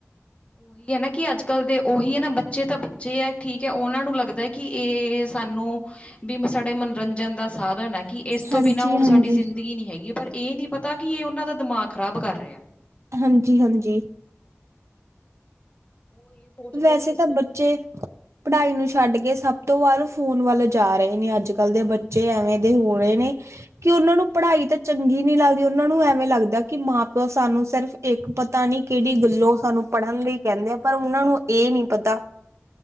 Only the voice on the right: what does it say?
ਹਾਂਜੀ-ਹਾਂਜੀ,
ਹਾਂਜੀ-ਹਾਂਜੀ।
ਵੈਸੇ
ਤਾ
ਬੱਚੇ ਪੜਾਈ
ਨੂੰ ਸਾ਼ਡ ਕੇ ਸਬ ਤੋਂ ਵੱਧ ਫੋਨ ਵੱਲ ਜਾ ਰਹੇ ਨੇ, ਆੱਜ-ਕਾੱਲ ਦੇ ਬੱਚੇ ਐਵੇਂ ਦੇ ਹੋ ਰਏ ਨੇ। ਕਿ ਓਨਾਂ ਨੂੰ ਪੜ੍ਹਾਈ ਤਾਂ ਚੰਗੀ ਨਈ ਲਾਗਦੀ, ਓਨਾਂ ਨੂੰ ਐਵੇਂ ਲਾੱਗਦਾ ਕਿ ਮਾਂ ਪੇਓ ਸਾਨੂੰ ਸੇਰਫ ਏਕ ਪਤਾ ਨੀ ਕੇੜੀ ਗੱਲੋਂ ਸਾਨੂੰ ਪੜ੍ਹਨ ਲਈ ਕੈਂਦੇ ਆ, ਪਰ ਓਨਾਂ ਨੂੰ ਏ ਨੀ ਪਤਾ